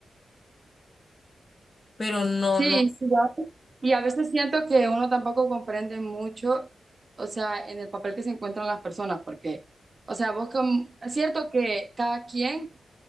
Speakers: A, on the left; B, on the right.
A: pero no,
B: Sí,
A: no.
B: igual. Y a veces siento que uno tampoco comprende mucho, o sea, en el papel que se encuentran las personas, porque, o sea, vos como, es cierto que cada quien